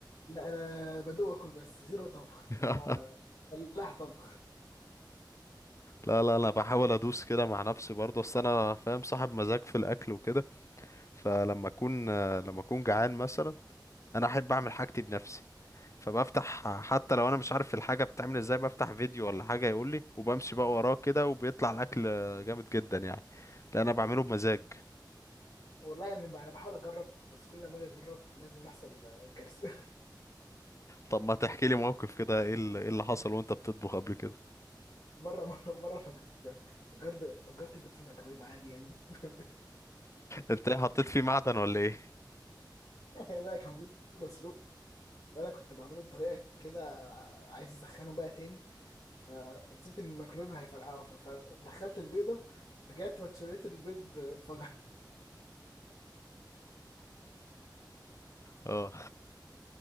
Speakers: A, on the left; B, on the left.
A: لا انا بدوق اكل بس زيرو طبخ
B: <laughs>
A: ما هو فلاح طبخ
B: لا لا انا بحاول ادوس كده مع نفسي برضو اصل انا فاهم صاحب مزاج في الاكل وكده فلما اكون آه، لما اكون جعان مثلا انا احب اعمل حاجتي بنفسي فبفتح حتى لو انا مش عارف الحاجه بتعمل ازاي بفتح فيديو ولا حاجه يقول لي وبمشي بقى وراه كده وبيطلع الاكل جامد جدا يعني لان انا بعمله بمزاج
A: والله يعني بقى انا بحاول اجرب بس كل ما اجي اجرب لازم يحصل آه، كارثه
B: طب ما تحكي لي موقف كده ايه اللي, إيه اللي حصل وانت بتطبخ قبل كده
A: <laughs> مره مره مره فجر فجرت فجرت البيض في الميكرويف عادي يعني <laughs>
B: انت ايه حطيت فيه معدن ولا ايه
A: لا كان بيض مسلوق وانا كنت بعمله بطريقه كده عايز اسخنه بقى تاني فنسيت ان الميكرويف هيفرقعه ف- فدخلت البيضه رجعت واتشريت البيض انفجر
B: اه